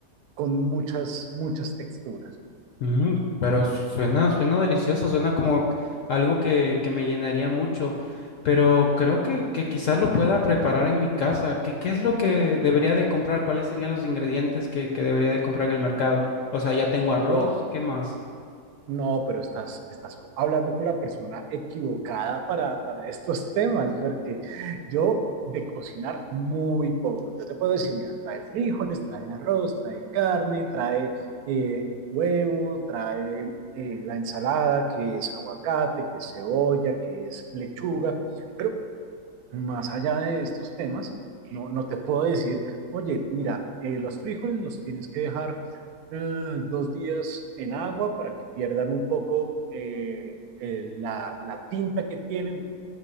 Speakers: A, on the right; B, on the left.
A: con muchas, muchas texturas.
B: Mm, pero suena, suena delicioso, suena como algo que, que me llenaría mucho. Pero creo que, que quizás lo pueda preparar en mi casa. ¿Qué, qué es lo que debería de comprar? ¿Cuáles serían los ingredientes que, que debería de comprar en el mercado? O sea, ya tengo arroz,
A: Wow.
B: ¿qué más?
A: No, pero estás, estás co- hablando con la persona equivocada para, para estos <laughs> temas, porque yo de cocinar muy poco. Yo te puedo decir, mira, trae frijoles, trae arroz, trae carne, trae eh, huevo, trae eh, la ensalada, que es aguacate, que es cebolla, que es lechuga, pero más allá de estos temas, no, no te puedo decir, oye, mira, eh, los frijoles los tienes que dejar eh, dos días en agua para que pierdan un poco eh, el- la, la tinta que tienen.